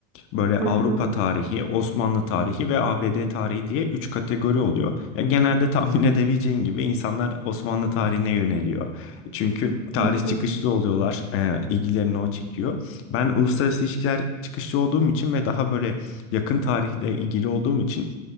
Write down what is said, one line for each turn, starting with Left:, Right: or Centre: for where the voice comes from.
Left: Böyle Avrupa
Right: Hı hı.
Left: tarihi, Osmanlı tarihi ve ABD tarihi diye 3 kategori oluyor. Ya genelde tahmin <laughs> edebileceğin gibi insanlar Osmanlı tarihine yöneliyor. Çünkü tarih
Right: Hı hı.
Left: çıkışlı oluyorlar, e, ilgilerini o çekiyor. Ben uluslararası ilişkiler çıkışlı olduğum için ve daha böyle yakın tarihle ilgili olduğum için